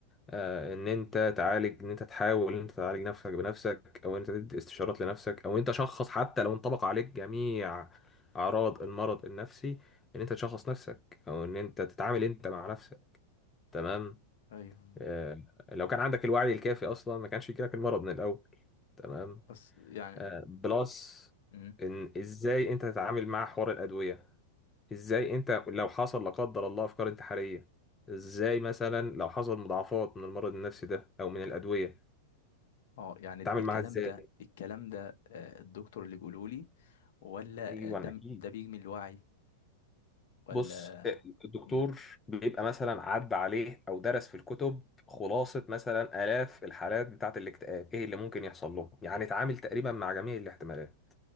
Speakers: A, on the left (about 15°); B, on the left (about 70°).
A: آه ان انت تعالج ان انت تحاول ان انت تعالج نفسك بنفسك او ان انت تدي استشارات لنفسك او انت شخص حتى لو انطبق عليك جميع اعراض المرض النفسي ان انت تشخص نفسك او ان انت تتعامل انت مع نفسك تمام
B: أيوه
A: آه لو كان عندك الوعي الكافي اصلا ما كانش يجيلك المرض من الاول تمام
B: بس يعني
A: آه بلس
B: مم.
A: ان ازاي انت تتعامل مع حوار الادويه ازاي انت لو حصل لا قدر الله افكار انتحاريه ازاي مثلا لو حصل مضاعفات من المرض النفسي ده او من الادويه
B: اه يعني
A: تتعامل
B: د- الكلام
A: معاها ازاي
B: ده الكلام ده آه، الدكتور اللي بيقوله لي ولا
A: ايوه
B: آه، ده
A: اكيد
B: ده بيجي من الوعي ولا
A: بص الدكتور
B: مم.
A: بيبقى مثلا عدى عليه او درس في الكتب خلاصه مثلا الاف الحالات بتاعه الاكتئاب ايه اللي ممكن يحصل لهم يعني اتعامل تقريبا مع جميع الاحتمالات